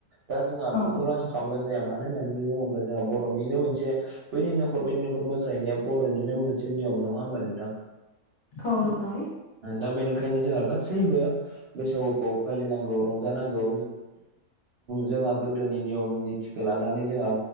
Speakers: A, on the right; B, on the left.
A: दा जोंहा बिखौल'
B: औ
A: आसा खालामब्ला जाया मानो होननानै बुङोब्ला जोंहा बर'निनो मोनसे बैनि न'खर बैनि न'खर खर मोसाहैनाया बर'निनो मोनसे नियम नङा होमबा नोंथां?
B: औ नंगौ
A: दा बेनिखायनो जोंहा गासैबो बैसागुखौ फालिनांगौ रंजानांगौ जोंहा गोदोनि नियम निथिखौ लानानै जोंहा